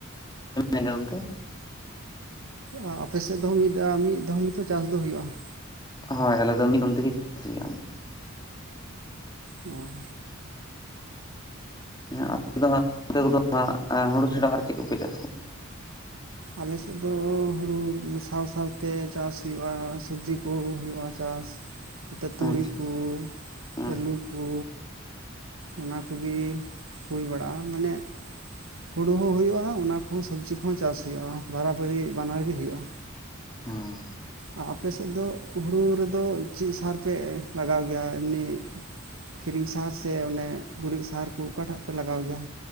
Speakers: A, on the left (about 20°); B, on the right (about 75°).
A: <inaudible> ᱜᱚᱢᱠᱮ?
B: ᱟ ᱟᱯᱮ ᱥᱮᱜ ᱫᱚ ᱢᱤᱫ ᱫᱷᱟᱣ ᱢᱤᱫ ᱫᱷᱚᱢ ᱜᱮ ᱛᱚ ᱪᱟᱥ ᱫᱚ ᱦᱩᱭᱩᱜ-ᱟ ᱾
A: ᱦᱳᱭ ᱟᱞᱮ ᱫᱚ ᱢᱤᱫ <inaudible> ᱛᱮᱜᱮ ᱪᱟᱥ ᱦᱩᱭᱩᱜ-ᱟ ᱱᱚᱛᱮ᱾
B: ᱚᱻ,
A: <inaudible> ᱦᱩᱲᱩ ᱪᱷᱟᱰᱟ ᱟᱨ ᱪᱮᱫ ᱠᱚᱯᱮ ᱪᱟᱥᱟ?
B: ᱟᱞᱮ ᱥᱮᱜ ᱫᱚ ᱦᱩᱲᱩ ᱥᱟᱶ ᱥᱟᱶᱛᱮ ᱪᱟᱥ ᱦᱩᱭᱩᱜ-ᱟ, ᱥᱚᱵᱽᱡᱤ ᱠᱩ ᱦᱩᱭᱩᱜ-ᱟ ᱪᱟᱥ᱾ ᱱᱚᱛᱮ ᱛᱩᱲᱤ
A: ᱟᱪᱪᱷᱟ
B: ᱠᱩ,
A: ᱦᱮᱸ
B: ᱟᱹᱞᱩ ᱠᱩ, ᱚᱱᱟ ᱠᱩᱜᱤ ᱦᱩᱭ ᱵᱟᱲᱟᱜ-ᱟ, ᱢᱟᱱᱮ ᱦᱩᱲᱩ ᱦᱚᱸ ᱦᱩᱭᱩᱜ-ᱟ ᱚᱱᱟ ᱠᱚ ᱦᱚᱸ ᱥᱚᱵᱽᱡᱤ ᱠᱚ ᱦᱚᱸ ᱪᱟᱥ ᱦᱩᱭᱩᱜ-ᱟ, ᱵᱟᱨᱟᱼᱵᱟᱹᱨᱤ ᱵᱟᱱᱟᱨ ᱜᱮ ᱦᱩᱭᱩᱜ-ᱟ᱾
A: ᱚᱸᱻ,
B: ᱟᱸᱻ ᱟᱯᱮ ᱥᱮᱜ ᱫᱚ ᱦᱩᱲᱩ ᱨᱮ ᱫᱚ ᱪᱮᱜ ᱥᱟᱦᱟᱨ ᱯᱮ ᱞᱟᱜᱟᱣ ᱜᱮᱭᱟ ᱮᱢᱱᱤ? ᱠᱤᱨᱤᱧ ᱥᱟᱦᱟᱨ ᱥᱮ ᱚᱱᱮ ᱜᱩᱨᱤᱡᱽ ᱥᱟᱦᱟᱨ ᱠᱩ ᱴᱟᱜ ᱯᱮ ᱞᱟᱜᱟᱣ ᱜᱮᱭᱟ